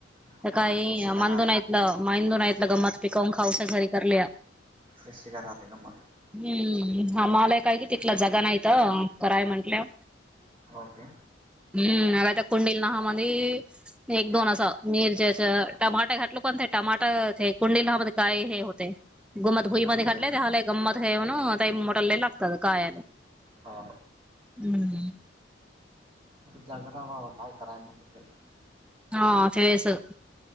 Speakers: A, on the right (about 25°); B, in the centre.
A: हो
B: तर काही
A: फ्रेश शिगा
B: मांधून
A: राहतात
B: ऐकलं मांडून ऐलं गंमात पिकवून खाऊसा घरी करल्या <unintelligible>
A: स्पेशेका राते का मग <unintelligible>
B: हम्म आमालाय काय कि तिथला जगा नाहीत कराय म्हंटलंव.
A: ओके
B: हम्म आता कुंडिल नाहा मधी एक दोन असं मिरच्याच टमाट घटलं पण ते टमाट ते कुंडलमध्ये काय हे होत. <unintelligible>
A: नाही होय हा.
B: हम्म.
A: <unintelligible>
B: हा <unintelligible>